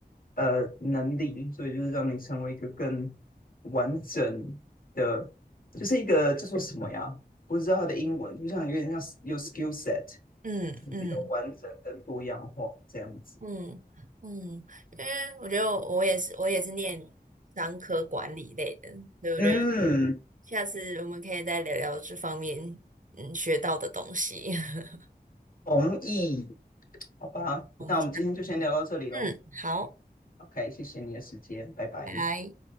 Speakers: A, on the left; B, on the right.
A: 呃能力，所以就是让你成为一个更完整的，就是一个叫做什么呀？我只知道它的英文，就像有点像有 skill set，
B: 嗯嗯。
A: 就是比较完整跟多样化这样子。
B: 嗯嗯，因为我觉得我也是，我也是念商科管理类的，所以我觉得
A: 嗯，
B: 下次我们可以再聊聊这方面嗯学到的东西。<laughs>
A: 同意，好吧，
B: 我们下，
A: 那我们今天就先聊到这里喽。
B: 嗯，好，
A: OK，谢谢你的时间，拜拜。
B: 拜拜。